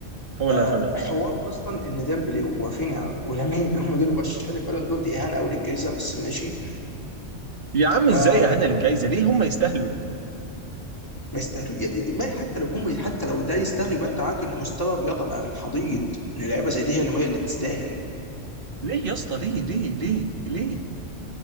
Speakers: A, on the right; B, on the left.
A: هو اللي
B: آه،
A: هياخدها فعلا
B: حوار اصلا ان ديمبلي ورافينيا ولامين هم دول مرشحين للبالون دور دي اهانه قوي للجائزه بس ماشي
A: يا عم ازاي
B: آه،
A: يا هنا للجايزه ليه هم يستاهلوا
B: ما يستاهلوا ي- ي- ما حتى لو هم حتى لو ده يستاهل يبقى انت معناته ان مستوى الرياضه بقى في الحضيض ان لعيبه زي دي هي اللي هي اللي تستاهل
A: ليه يا اسطى ليه ليه ليه ليه